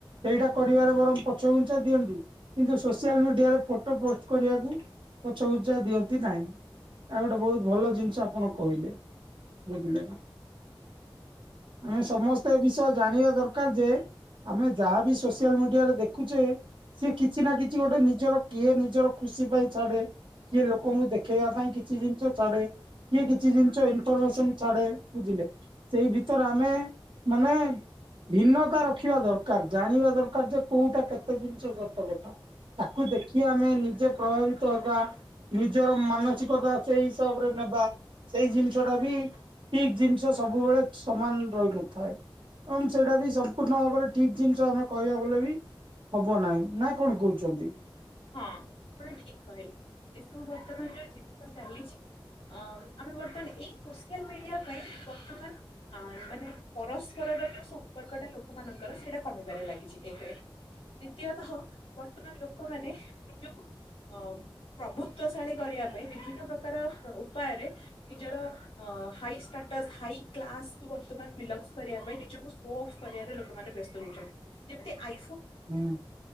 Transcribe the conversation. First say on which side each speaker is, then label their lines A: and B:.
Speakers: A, on the right; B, on the left.
A: ସେଇଟା କରିବାରେ ବରଂ ପଛଘୁଞ୍ଚା ଦିଅନ୍ତି, କିନ୍ତୁ ସୋସିଆଲ ମିଡିଆରେ ଫଟୋ ପୋଷ୍ଟ କରିବାକୁ ପଛଘୁଞ୍ଚା ଦିଅନ୍ତି ନାହିଁ। ଆ ଗୋଟେ ବହୁତ ଭଲ ଜିନିଷ ଆପଣ କହିଲେ, ବୁଝିଲେ ନା?
B: <inaudible>
A: ଆମେ ସମସ୍ତେ ଏ ବିଷୟ ଜାଣିବା ଦରକାର ଯେ ଆମେ ଯାହାବି ସୋସିଆଲ ମିଡିଆରେ ଦେଖୁଛେ ସି କିଛି ନା କିଛି ଗୋଟେ ନିଜର କିଏ ନିଜର ଖୁସି ପାଇଁ ଛାଡେ କିଏ ଲୋକଙ୍କୁ ଦେଖେଇବା ପାଇଁ କିଛି ଜିନିଷ ଛାଡେ କିଏ କିଛି ଜିନିଷ ଇନଫରମେସନ ଛାଡେ ବୁଝିଲେ। ସେଇ ଭିତରେ ଆମେ ମାନେ ଭିନ୍ନତା ରଖିବା ଦରକାର ଜାଣିବା ଦରକାର ଯେ କୋଉଟା କେତେ ଜିନିଷ ସତକଥା। ତାକୁ ଦେଖି ଆମେ ନିଜେ ପ୍ରଭାବିତ ହବା ନିଜର ମାନସିକତା ସେଇ ହିସାବରେ ନେବା ସେଇ ଜିନିଷ ଟା ବି ପିକ ଜିନିଷ ସବୁବେଳେ ସମାନ ରହିନଥାଏ। ଏବଂ ସେଇଟା ବି ସମ୍ପୂର୍ଣ୍ଣ ଭାବରେ ଠିକ ଜିନିଷ ଆମେ କହିବା ବଲେ ବି ହବ ନାହିଁ। ନା କଣ କହୁଛନ୍ତି।
B: ହଁ ଆପଣ ଠିକ କହିଲେ ଏସବୁ ବର୍ତ୍ତମାନ ଯୋଉ ଜିନିଷ ଚାଲିଛି ଅ ଆମେ ବର୍ତ୍ତମାନ ଏଇ ସୋସିଆଲ ମିଡିଆ ପାଇଁ ବର୍ତ୍ତମାନ ଅ ମାନେ ପରସ୍ପର ଯୋଉ ସମ୍ପର୍କଟା ଲୋକମାନଙ୍କର ସେଇଟା କମିବାରେ ଲାଗିଛି ଏକରେ ଦ୍ଵିତୀୟତଃ ବର୍ତ୍ତମାନ ଲୋକମାନେ ନିଜକୁ ଅ ପ୍ରଭୁତଵଶାଳୀ କରିବା ପାଇଁ ବିଭିନ୍ନ ପ୍ରକାର ଉପାୟରେ ନିଜର ହାଇ ଷ୍ଟାଟସ୍ ହାଇ କ୍ଲାସକୁ ବର୍ତ୍ତମାନ ବିଲଙ୍ଗ କରିବା ପାଇଁ ନିଜକୁ ସୋ ଅଫ୍ କରିବାରେ ଲୋକମାନେ ଯେମିତି ଆଇ
A: ହୁଁ।